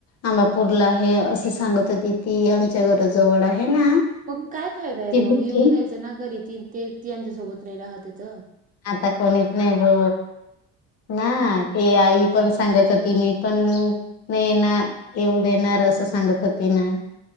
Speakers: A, on the left; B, on the right.
A: आंबापूरला आहे असं सांगत होते ति तती आमच्या घराजवळ आहे ना
B: मग काय फायदा आहे
A: ती मुलगी
B: मग येऊन जायचं ना घरी त ते त्यांच्यासोबत नाही राहत येत
A: आता कोणीच नाही ग ना ते आई पण सांगत होती मी पण नाही ना येऊ दे ना अर असं सांगत होती ना